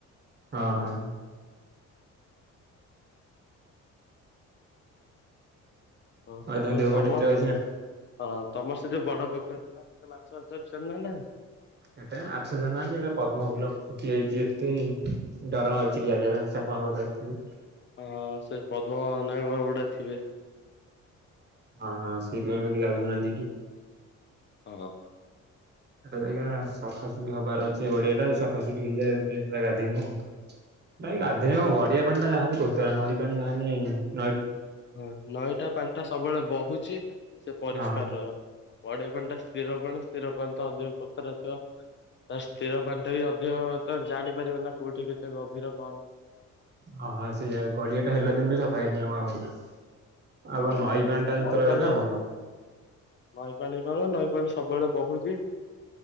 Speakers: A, on the right; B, on the left.
A: ହଁ- ହଁ।
B: ହଁ
A: ତମ
B: ଆଉ ଭାଇ
A: ଦେହ ପା
B: ତମର
A: ଠିକ୍ ଠାକ୍ ଅଛି ନା?
B: ହଁ ତମର ସେ ଯୋଉ ବଡ ପୋଖରୀ ଥିଲା, ସେଥିରେ ମାଛ ଅଛନ୍ତି ନା ନାହାନ୍ତି?
A: ଏଇଟାରେ ମାଛ ଛାଡି ନାହାନ୍ତି ଯେ, ସେଇଟା ପଦ୍ମ ଫୁଲ ଫୁଟି ଯାଇଛି ଏତେ ଡର ମାଡୁଚି <unintelligible> ପାଇଁ ସାପ ମାପ ଯଦି ଥିବେ?
B: ହଁ ସେ ପଦ୍ମନାଗ ଗୁଡା ଥିବେ।
A: ହଁ- ହଁ ସେଇଥିପାଇଁ ବା କିଏ ଗାଧଉନାହାନ୍ତି ଏଠି।
B: ଓ ହୋ।
A: ଏଟା ଆଜ୍ଞା ସଫାସଫି ହବାର ଅଛି ଗଡିଆଟା, ଆଉ ସଫାସଫି ହେଇଯାଏ ତାହେଲେ ଗାଧେଇମି ଆଉ। ନାଇ
B: ଆଚ୍ଛା।
A: ଗାଧେଇବା କଣ ଗଡିଆ ପାଣିଟା ଯାହା ହେଲେ କଚରା, ନଈ ପାଣି ଯାହା ହେଲେ
B: ହଁ ନଈଟା ପାଣିଟା ସବୁବେଳେ ବହୁଚି, ସେ ପରିଷ୍କାର
A: ହଁ
B: ରହିବ। ଗଡ଼ିଆ ପାଣିଟା ସ୍ଥିର ପାଣି, ସ୍ଥିର ପାଣି ତ ଅଧିକ କୋତରା ଥିବ। ତ ସ୍ଥିର ପାଣିଟା ବି ଅଧିକ, ତ ଜାଣିପାରିବ ନା କୋଉଠି କେତେ ଗଭୀର କଣ?
A: ହଁ- ହଁ ସେଇଆ ଗଡିଆଟା ହେଲା ଦିନଠୁ ସଫା ହେଇନି, ଆମ ଗଡ଼ିଆ। ଆଉ
B: ହଁ।
A: ନଈ ପାଣିଟା ଯେତେବେଳେ
B: ନଈ ପାଣି
A: ଗାଧାଅ ଭଲ।
B: ନଈ ପାଣି କଣ, ନଈ ପାଣି ସବୁବେଳେ ବହୁଚି।